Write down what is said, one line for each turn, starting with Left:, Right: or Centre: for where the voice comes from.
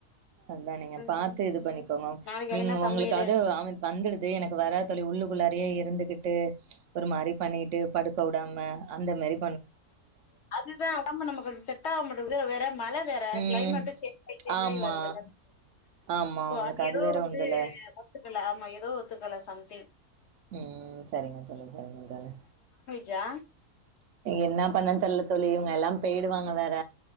Right: அதான் நீங்க
Left: இருக்கு ம்
Right: பாத்து இது
Left: தோழி
Right: பண்ணிக்கோங்க
Left: நாளைக்கு
Right: நீங்க
Left: என்ன
Right: உங்களுக்காவது
Left: சமையலு
Right: வந்துடுது எனக்கு வராதழ உள்ளுக்குள்ளாரே இருந்துகிட்டு ஒரு மாரி பண்ணிட்டு படுக்க விடாம அந்த மாதிரி
Left: அதுதா ஒடம்ப நம்ம கொஞ்சம் செட் ஆக மாட்டறது வேற மழை வேற
Right: ம்.
Left: கிளைமேட்ட சேஞ்சி சேஞ்ச்
Right: ஆமா,
Left: ஆகி வருதுல்லோ
Right: ஆமா. உங்களுக்கு
Left: அது ஏதோ
Right: வேற
Left: வந்து
Right: உண்டுல.
Left: க்கல ஆமா ஏதோ ஒத்துக்கல சம்திங்
Right: உம் சரிங்க தோழி சரிங்க தோழி
Left: ஜா
Right: என்ன பண்ண தெரியலத் தோழி இவங்க எல்லாம் போய்டவாங்க வேற